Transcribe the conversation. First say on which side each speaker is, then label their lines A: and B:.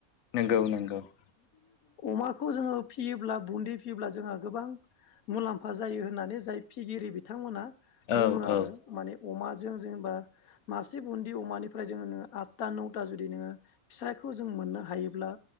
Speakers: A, on the left; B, on the left.
A: नोंगौ-नोंगौ । <inaudible>
B: माखौ जोङो फियोब्ला बुन्दि फियोब्ला जोंहा गोबां मुलाम्फा जायो होननानै जाय फिगिरि बिथांमोना बुङो
A: औ
B: आरो
A: औ
B: माने अमाजों जेनेबा मासे बुन्दि अमानिफ्राय जोंनो आतटा नौटा जुदि नोङो फिसा खौ जों मोननो हायोब्ला